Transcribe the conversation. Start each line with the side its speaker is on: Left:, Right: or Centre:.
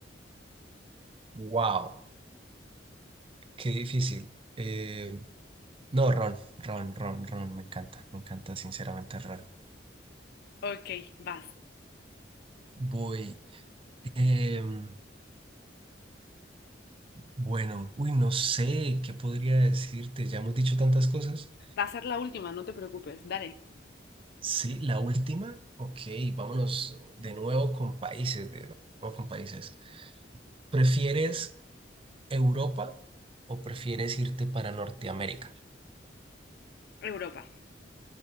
Right: Wow, qué difícil. Eh, no, ron, ron, ron, ron. Me encanta, me encanta sinceramente el ron.
Left: Ok, vas.
Right: Voy. em, bueno, uy, no sé qué podría decirte. Ya hemos dicho tantas cosas.
Left: Va a ser la última, no te preocupes. Dale.
Right: Sí, la última. Ok, vámonos de nuevo con países, de nuevo con países. ¿Prefieres Europa o prefieres irte para Norteamérica?
Left: Europa,